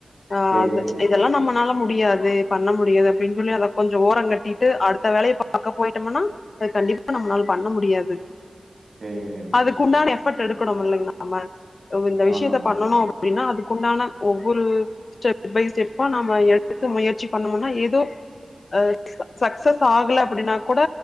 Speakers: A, on the left; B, on the right.
A: ஆ
B: சரிங்க,
A: அது இதெல்லா நம்மனால முடியாது பண்ண முடியாது அப்டின் சொல்லி அத கொஞ்ச ஓரம் கட்டிட்டு அடுத்த வேலைய பாக்க போயிட்டோமன்னா அது ண்டிப்பா நம்னால பண்ண முடியாது
B: சேரிங்க
A: அதுக்கு உண்டான எஃபர்ட் எடுக்கணும் இல்லைங்க நம்ம இந்த விஷயத்த
B: ஆமாங்க.
A: பண்ணணு அப்டின்னா அதுக்குண்டான ஒவ்வொரு ஸ்டெப் பை ஸ்டெப்பா நம்ம எடுத்து முயற்சி பண்ணோம்னா ஏதோ அ சக்சஸ் ஆகல அப்டின்னா கூட